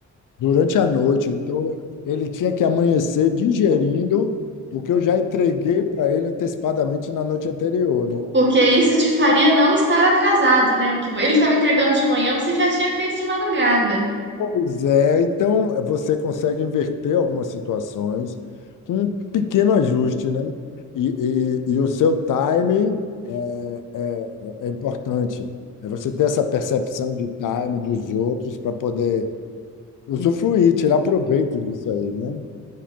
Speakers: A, on the left (about 80°); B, on the right (about 35°).
A: durante a noite. Então ele tinha que amanhecer digerindo o que eu já entreguei para ele antecipadamente na noite anterior, né?
B: Porque isso te faria não estar atrasado, né? O que ele estava entregando de manhã, você já tinha feito de madrugada.
A: Pois é, então você consegue inverter algumas situações com um pequeno ajuste, né? E, e, e o seu time é, é é importante. É você ter essa percepção de time dos outros para poder usufruir, tirar proveito disso aí, né?